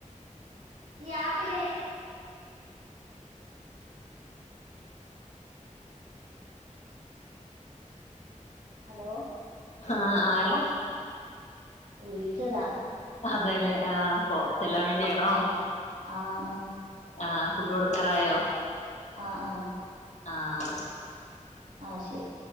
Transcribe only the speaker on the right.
ഈ ആപ്പിലെ ഹലോ
വിളിച്ചതാ
ആഹ്
ആഹ് ആഹ്
ആഹ് ആഹ്
ആഹ് ശെരി